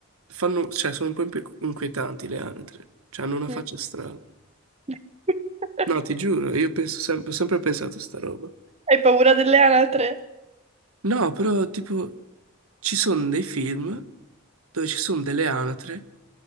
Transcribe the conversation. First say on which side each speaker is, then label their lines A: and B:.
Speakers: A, on the right; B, on the right.
A: fanno, cioè, sono un po' inqui- inquietanti le anatre, cioè hanno una
B: mm.
A: faccia strana.
B: <laughs>
A: No, ti giuro, io penso sempre, ho sempre pensato a sta roba.
B: Hai paura delle anatre?
A: No, però tipo ci sono dei film dove ci sono delle anatre